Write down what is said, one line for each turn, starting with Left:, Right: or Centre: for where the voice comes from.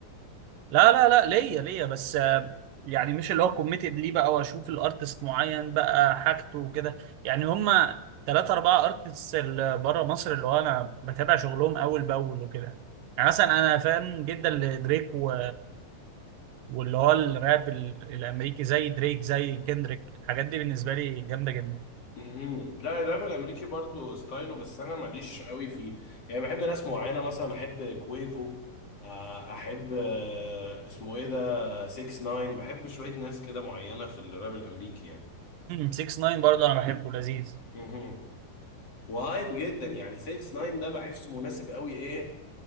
Right: لا لا لا ليا ليا بس آه، يعني مش اللي هو كوميتد ليه بقى واشوف الارتست معين بقى حاجته وكده يعني هما ثلاثة أربعة ارتست اللي بره مصر اللي هو أنا بتابع شغلهم أول بأول وكده يعني مثلا أنا فان جدا لدريك و... واللي هو الراب ال- الأمريكي زي دريك زي كندريك الحاجات دي بالنسبة لي جامدة جدا
Left: مهم. لا الراب الأمريكي برضو ستايله بس أنا ماليش قوي فيه يعني بحب ناس معينة مثلا أحب كويفو آه، أحب آه، اسمه إيه ده 6 9 بحب شوية ناس كده معينة في الراب الأمريكي يعني
Right: 6 9 برضه أنا بحبه لذيذ
Left: مهم. وهايب جدا يعني 6 9 ده بحسه مناسب قوي ايه